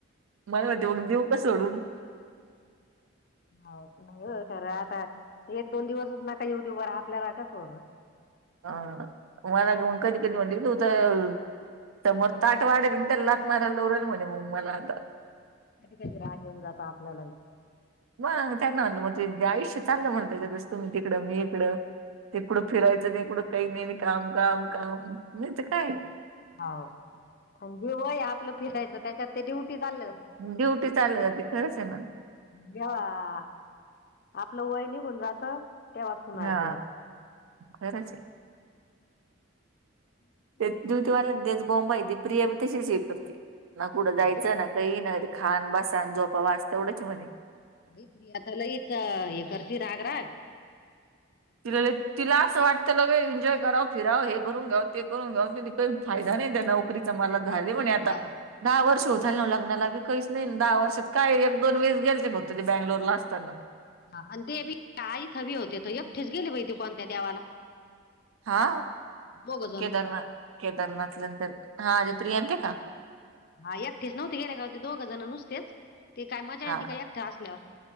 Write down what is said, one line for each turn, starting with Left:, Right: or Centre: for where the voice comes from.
Right: मला मती बघ देऊ का सोडून
Left: हो नाही तर आता एक दोन दिवसच नका इव दीउ वर आपल्याला का सोडत
Right: अ मला कधी कधी म्हणते तू तर समोर ताट वाढेल त्या लात मार्याला लवरेल म्हणे मग मला आता
Left: कधी कधी राग येऊन जात आपल्याला
Right: मग त्यांना म्हलं मग ते आयुष्य चांगलं म्हणतायस तुम्ही तिकडं मी इकडं इकडं फिरायचं नाहीकडं काही नाही काम काम काम नाही तर काय
Left: हो म्हणजे वय आपलं फिरायचं त्याच्यात ते ड्युटी चाल
Right: ड्युटी चाल जाते खरंच आहे मग
Left: जेव्हा आपलं वय निघून जात तेव्हा सुनाच
Right: हा खरंच आहे
Left: येत.
Right: ते दिवटवाल्या तेच बाँब आहे प्रिया तशीच हे करते ना कुठं जायचं
Left: होय
Right: ना काही नाही खान बसा आणि झोपावाच तेवढंच म्हणे
Left: अ प्रिया त लईच हे करती राग राग
Right: तिला तिला असं वाटत ल एन्जॉय कराव फिराव हे करून घेव ते करून घ्या व फायदा नाही त्या नोकरीचा मला झाले म्हण आता
Left: हाव.
Right: दहा वर्ष हो झाल ना लग्नाला बी काहीच नाही दहा वर्षात काय एक दोन वेळेस गेयचे बघत ते बँंगलोर ला असताना
Left: हा आणि तेबी आई हवी होते त एकटेच गेले बाई कोणत्या देवाला
Right: हा
Left: दोघ जण
Right: केदारनाथ केदारनाथलांतर हा अे प्रियांते का
Left: हा एकटेच नव्हती गेल्या का होते दोघ जण नुसतेच ते काय मजा
Right: हा
Left: येत काय एकटा असल्यावर